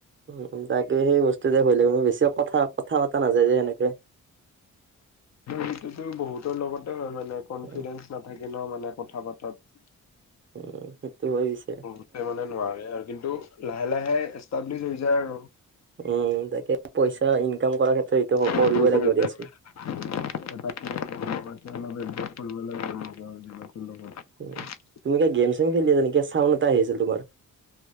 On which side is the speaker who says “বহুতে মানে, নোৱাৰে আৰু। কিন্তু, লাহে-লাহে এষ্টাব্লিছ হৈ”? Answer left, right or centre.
Left